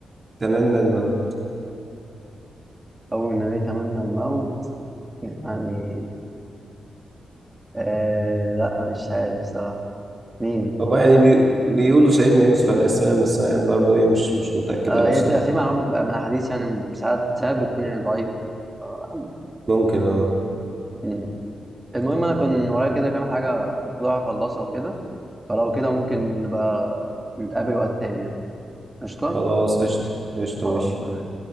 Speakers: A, on the right (about 40°); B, on the right (about 20°).
A: تمنى الموت؟
B: أول نبي تمنى الموت يعني آه لا مش عارف صراحة مين
A: هو يعني بي... بيقولوا سيدنا يوسف عليه السلام بس أنا برضه إيه مش مش متأكد
B: آه
A: أوي
B: هي
A: الصراحة
B: بيبقى في معلومات بتبقى من أحاديث يعني ساعات ساعات بتكون يعني ضعيفة آه،
A: ممكن أه
B: مم. المهم أنا كان ورايا كده كام حاجة المفروض أخلصها وكده فلو كده ممكن نبقى نتقابل وقت تاني يعني قشطة
A: خلاص قشطة قشطة
B: خلاص
A: ماشي
B: تمام